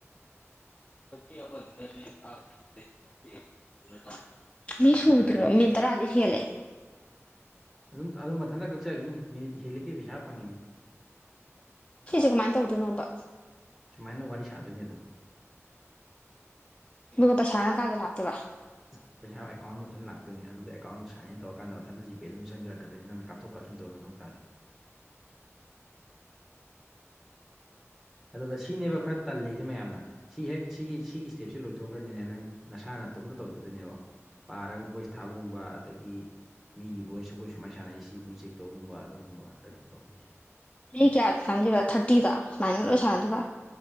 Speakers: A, on the left; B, in the centre.
A: <unintelligible> ꯃꯤ ꯁꯨꯗ꯭ꯔꯣ ꯃꯤꯅꯠ ꯇꯔꯥꯗꯤ ꯍꯦꯜꯂꯦ
B: ꯑꯗꯨꯝ ꯑꯗꯨꯝ ꯃꯊꯟꯇ ꯀꯛꯆꯒꯤꯅꯤ ꯃꯤꯅꯤꯠ ꯍꯦꯂꯤꯒꯩ ꯄꯩꯁꯥ ꯐꯪꯉꯤꯝꯅꯤ
A: ꯁꯤꯁꯦ ꯀꯃꯥꯏ ꯇꯧꯗꯣꯏꯅꯣꯕ
B: ꯁꯨꯃꯥꯏꯅ ꯋꯥꯔꯤ ꯁꯥꯗꯣꯏꯅꯦ ꯗꯨꯝ
A: ꯗꯨꯒ ꯄꯩꯁꯥꯅ ꯀꯥꯏꯗꯩ ꯂꯥꯛꯇꯣꯏꯕ
B: <inaudible> ꯄꯩꯁꯥ ꯑꯦꯀꯥꯎꯟ ꯃꯊꯟ ꯂꯥꯛꯇꯣꯏꯅꯦ ꯑꯗꯨꯗ ꯑꯦꯀꯥꯎꯟ ꯁꯥꯏꯟ ꯏꯟ ꯇꯧꯔꯀꯥꯟꯗ ꯃꯊꯟꯗ ꯖꯤꯄꯦ ꯑꯗꯨꯝ ꯆꯪꯖꯔꯛꯀꯗꯣꯏꯅꯦ ꯅꯪꯅ ꯀꯥꯞꯊꯣꯛ ꯀꯥꯞꯁꯤꯟ ꯇꯧꯕꯩ ꯃꯊꯧ ꯇꯥꯗꯦ ꯑꯗꯨꯒ ꯁꯤꯅꯦꯕ ꯈꯔ ꯇꯜꯂꯤꯁꯦ ꯃꯌꯥꯝꯅ ꯁꯤ ꯍꯦꯛ ꯁꯤꯒꯤ ꯁꯤꯒꯤ ꯁ꯭ꯇꯦꯞꯁꯦ ꯂꯣꯏꯊꯣꯛꯈ꯭ꯔꯗꯤꯅꯦ ꯅꯪ ꯅꯁꯥꯅ ꯅꯥꯇꯣꯝꯇ ꯇꯧꯖꯗꯣꯏꯅꯦꯕ ꯄꯥꯔꯒ ꯕꯣꯏ꯭ꯁ ꯊꯥꯕꯒꯨꯝꯕ ꯑꯗꯒꯤ ꯃꯤꯒꯤ ꯕꯣꯏꯁ ꯑꯈꯣꯏ ꯁꯨꯃꯥꯏꯟ ꯁꯥꯟꯅꯩ ꯁꯤꯒꯨꯝꯕ ꯆꯦꯛ ꯇꯧꯒꯨꯝꯕ ꯑꯗꯨꯒꯨꯝꯕ ꯉꯥꯛꯇꯅꯦ ꯇꯧꯗꯣꯏꯁꯦ
A: ꯃꯤ ꯀꯌꯥ ꯁꯥꯟꯅꯥꯗꯣꯏꯕ ꯊꯥꯔꯇꯤꯗꯣ ꯁꯨꯃꯥꯏꯅ ꯂꯣꯏ ꯁꯥꯟꯅꯗꯣꯏꯕ